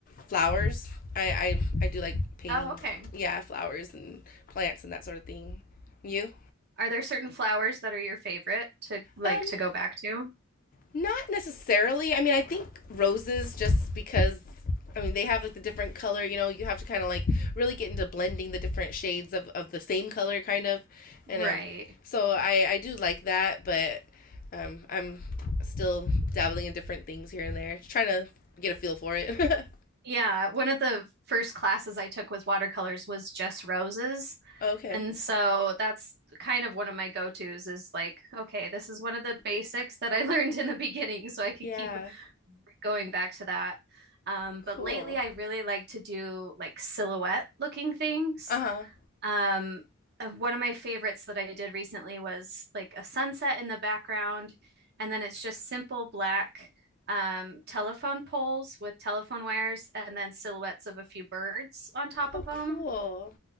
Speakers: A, on the left (about 40°); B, on the right (about 50°).
A: flowers. I, I I do like painting,
B: Oh, okay.
A: yeah, flowers and plants and that sort of thing. You?
B: Are there certain flowers that are your favorite to like
A: Um,
B: to go back to?
A: Not necessarily. I mean, I think roses just because I mean they have like the different color, you know, you have to kind of like really get into blending the different shades of of the same color kind of. And
B: Right.
A: um so I I do like that, but um I'm still dabbling in different things here and there, just trying to get a feel for it.
B: Yeah, one of the first classes I took with watercolors was just roses.
A: <laughs> okay.
B: And so that's kind of one of my go-tos is like, okay, this is one of the basics that I <laughs> learned in the beginning, so I could
A: Yeah.
B: keep going back to that. Um,
A: Cool.
B: but lately I really like to do like silhouette looking things.
A: Uh-huh.
B: Um, uh, one of my favorites that I did recently was like a sunset in the background, and then it's just simple black um, telephone poles with telephone wires and then silhouettes of a few birds on top
A: Oh,
B: of them.
A: cool.